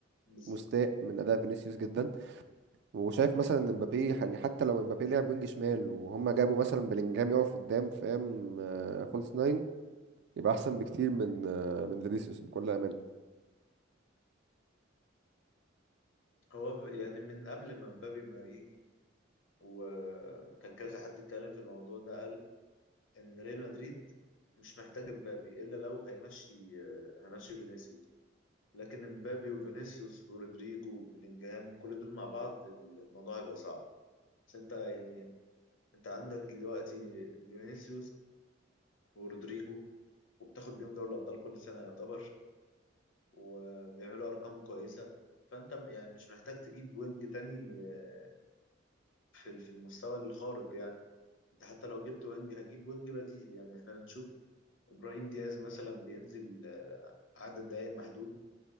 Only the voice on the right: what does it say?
مستاء من أداء فينيسيوس جدا وشايف مثلا إن مبابي يعني حتى لو مبابي لعب وينج شمال وهم جابوا مثلا بلينجهام يقف قدام فاهم آه، فولس ناين يبقى أحسن بكتير من آه، من فينيسيوس بكل أمانة